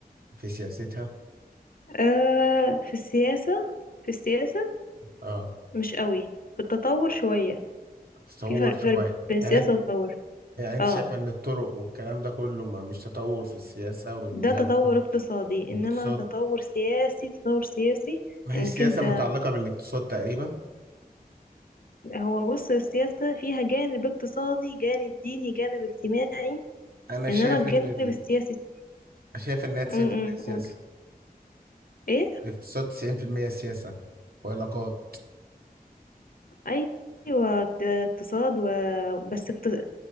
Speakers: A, on the right; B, on the left.
A: في سياستها
B: آه في السياسة في السياسة
A: اه
B: مش قوي في التطور شوية
A: تطور
B: في فرق
A: شويه
B: فرق بين
A: يعني
B: سياسة
A: انت-
B: وتطور
A: يعني انت
B: اه
A: شايفه ان الطرق والكلام ده كله ما مش تطور في السياسه وان
B: ده
A: دي
B: تطور
A: علاقات
B: اقتصادي
A: واقتصاد
B: انما تطور سياسي تطور سياسي
A: ما هي
B: انك
A: السياسه
B: انت
A: متعلقه بالاقتصاد تقريبا
B: هو بص السياسة فيها جانب اقتصادي جانب ديني جانب اجتماعي
A: انا شايف
B: انما الجانب
A: ان ال...
B: السياسي
A: شايف انها 90%
B: م- م-
A: سياسه
B: قول ايه
A: الاقتصاد 90% سياسه وعلاقات
B: ايوه اقت- اقتصاد و... بس اقت...